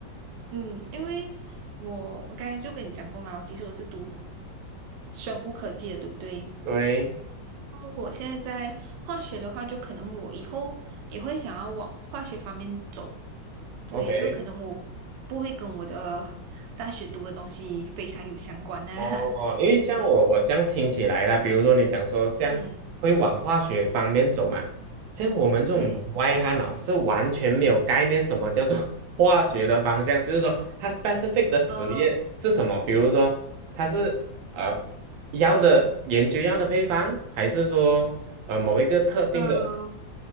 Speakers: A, on the right; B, on the right.
A: 嗯，因为我我刚才就跟你讲过嘛，我其实我是读生物科技的，对不对？
B: 对
A: 我现在在化学的话，就可能我以后也会想要往化学方面走。对，
B: ，OK。
A: 就可能我不会跟我的大学读的东西非常有相关呢、
B: 哦，
A: 啊 <laughs>
B: 因为像我我这样听起来啦，
A: 对，
B: 比如说你讲说像会往化学方面走嘛，
A: 嗯
B: 像我们这种门外汉啊，
A: 嗯，
B: 是完全没有概念什么叫做 <laughs> 化学的方向，就是说它 specific 的职业是什么，
A: 呃
B: 比如说它是呃药的研究药的配方，还是说呃某一个特定的，
A: 呃